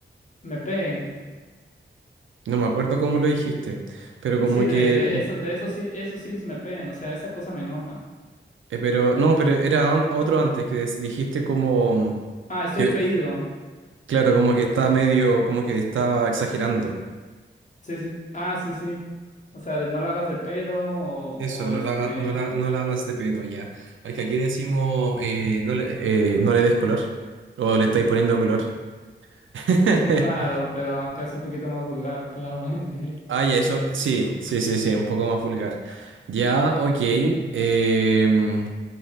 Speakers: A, on the left (about 40°); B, on the right (about 80°).
A: me pegue.
B: No me acuerdo cómo lo dijiste, pero como
A: Sí, de,
B: que,
A: de esos, de esos, sí- esos siris me peguen, o sea, esa cosa me enoja.
B: eh, pero, no, pero era on- otro antes que des- dijiste como,
A: Ah, estoy
B: que,
A: pedido.
B: claro, como que está medio, como que estaba exagerando.
A: Sí, sí. Ah, sí, sí. O sea, de no la hagas de pedo o,
B: Eso,
A: o
B: no
A: este.
B: la, haga- no la, no la hagas de pedo ya. Al que aquí decimos, eh, no le, eh, no le des color. O le estáis poniendo color. <laughs>
A: Sí, claro, pero acá es un poquito más vulgar, claramente.
B: Ah, ya, eso, sí, sí, sí, sí, un poco más vulgar. Ya, ok. em,